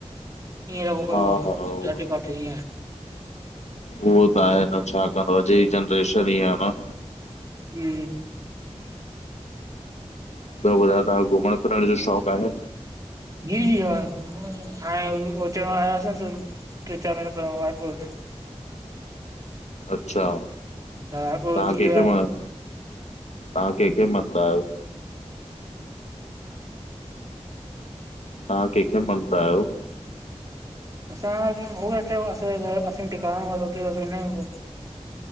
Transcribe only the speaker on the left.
हा
हा उहो
उहो त आहे न छा कंदो, अॼु जी जनरेशन ई आहे न
बुधायो तां घुमणु फिरणु जो शौक़ आहे।
अच्छा
तां
केखे
मन, तां केंखे मंदा आयो।
तां केंखे मनदा आयो।